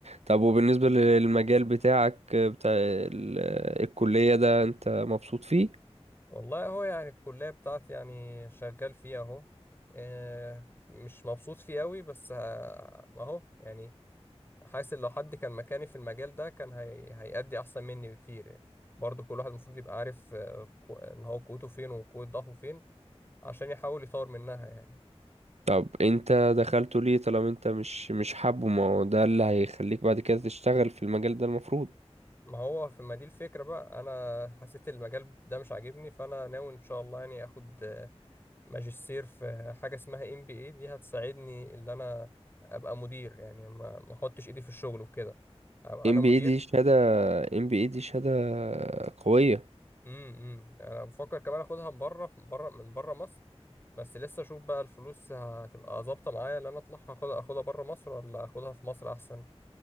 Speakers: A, on the right; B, on the left.
A: طب وبالنسبة للمجال بتاعك آه، بتاع ال- آه، الكلية ده انت مبسوط فيه
B: والله هو يعني الكلية بتاعتي يعني شغال فيها اهو آه، مش مبسوط فيه قوي بس آه، اهو يعني حاسس إن لو حد كان مكاني في المجال ده كان هي... هيأدي احسن مني بكتير يعني برضه كل واحد المفروض يبقى عارف آه، كو- ان هو قوته فين وقوة ضعفه فين عشان يحاول يطور منها يعني
A: طب انت دخلته ليه طالما انت مش مش حابه ما هو ده اللي هيخليك بعد كده تشتغل في المجال ده المفروض
B: ما هو في ما دي الفكرة بقى انا حسيت المجال ده مش عاجبني فانا ناوي ان شاء الله يعني اخد ماجستير في حاجة اسمها ام بي اي دي هتساعدني ان انا ابقى مدير يعني ما ما احطش ايدي في الشغل وكده ابقى
A: ام
B: انا مدير
A: بي اي دي شهادة ام بي اي دي شهادة قوية
B: امم إمم. انا بفكر كمان اخدها من بره بره من بره مصر بس لسه اشوف بقى الفلوس هتبقى ظابطة معايا ان انا اطلعها اخدها اخدها بره مصر ولا اخدها في مصر احسن